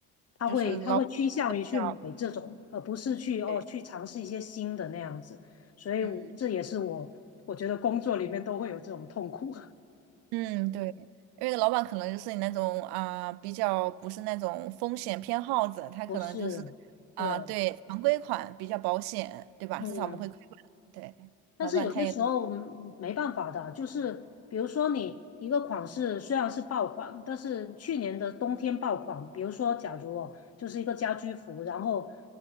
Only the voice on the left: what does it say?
他会他会趋向于去买这种，
而不是去哦去尝试一些新的那样子，
所以我这也是我我觉得工作里面都会有这种痛苦，
<laughs>
不是。对，
嗯，
但是有些时候嗯没办法的，
就是比如说你一个款式虽然是爆款，但是去年的冬天爆款，比如说假如哦，就是一个家居服，然后